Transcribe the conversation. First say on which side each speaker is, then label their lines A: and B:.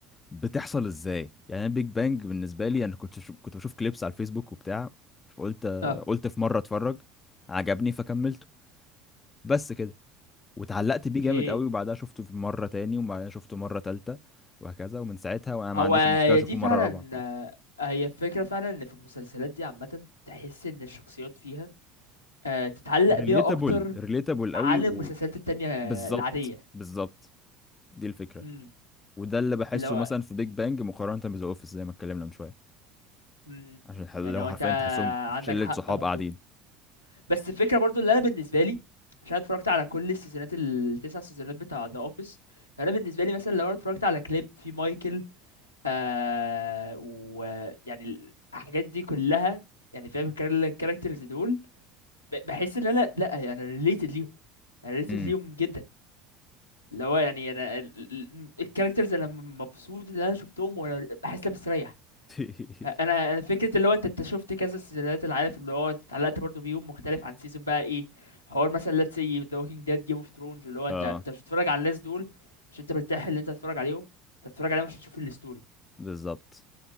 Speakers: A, on the left; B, on the left.
A: بتحصل ازاي يعني انا بيج بانج بالنسبه لي انا كنت شو... كنت بشوف كليبس على الفيسبوك وبتاع فقلت
B: اه
A: قلت في مره اتفرج عجبني فكملته بس كده واتعلقت
B: اوكي
A: بيه جامد قوي وبعدها شفته في مرة تاني وبعدها شفته مرة تالتة وهكذا ومن ساعتها وانا ما
B: هو
A: عنديش
B: هي
A: مشكلة اشوفه
B: دي فعلا
A: مرة رابعة فاهم
B: آه، هي الفكرة فعلا ان في المسلسلات دي عامة تحس ان الشخصيات فيها آه، تتعلق
A: ريليتابل
B: بيها اكتر
A: ريليتابل
B: عن
A: قوي
B: المسلسلات التانية
A: وبالظبط
B: العادية
A: بالظبط دي الفكرة
B: امم
A: وده اللي بحسه
B: لو
A: مثلا في بيج بانج مقارنة بذا اوفيس زي ما اتكلمنا من شوية
B: امم
A: عشان ح- لو
B: يعني لو
A: حرفيا
B: انت
A: تحسهم
B: عندك
A: شلة
B: حق
A: صحاب
B: ممكن
A: قاعدين
B: بس الفكره برضو اللي انا بالنسبه لي عشان أنا اتفرجت على كل السيزونات التسع سيزونات بتاع ذا اوفيس انا بالنسبه لي مثلا لو انا اتفرجت على كليب في مايكل آه ويعني الحاجات دي كلها يعني فاهم الكار- الكاركترز دول ب- بحس ان انا لا يعني انا ريليتد ليهم انا ريليتد
A: امم
B: ليهم جدا اللي هو يعني انا ال- ال- الكاركترز انا مبسوط ان انا شفتهم وانا بحس ان انا مستريح
A: <laughs>
B: انا انا فكره اللي هو انت انت شفت كذا سيزونات اللي عارف اللي هو انت اتعلقت برضو بيهم مختلف عن سيزون بقى ايه حوار مثلا let's say The Walking Dead Game of Thrones اللي هو انت
A: اه
B: انت مش بتتفرج على الناس دول عشان انت مرتاح اللي انت تتفرج عليهم انت بتتفرج عليهم عشان تشوف الستوري
A: بالظبط